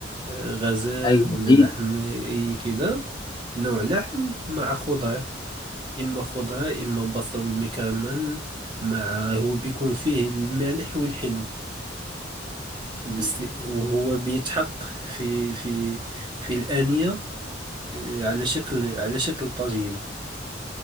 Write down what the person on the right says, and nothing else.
غزال
ولا
لحم اي كده نوع لحم مع خضار إما خضار إما بصل مكرمل مع هو بيكون فيه المالح والحلو بس
وهو بيتحط في في في الآنية آه، على شكل على شكل طاجين